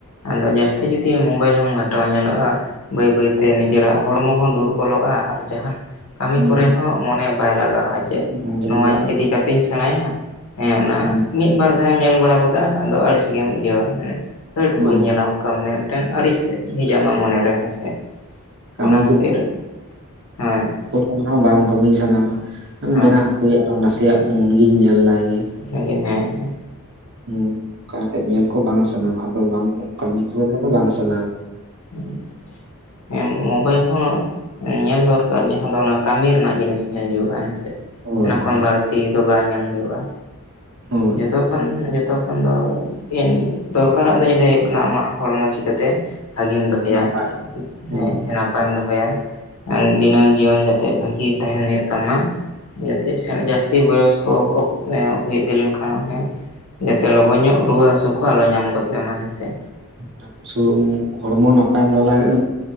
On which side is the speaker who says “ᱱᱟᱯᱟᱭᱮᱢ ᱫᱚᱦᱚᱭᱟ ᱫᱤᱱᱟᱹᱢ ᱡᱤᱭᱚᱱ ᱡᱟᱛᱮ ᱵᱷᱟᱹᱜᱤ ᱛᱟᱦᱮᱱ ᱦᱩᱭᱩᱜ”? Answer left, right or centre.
Left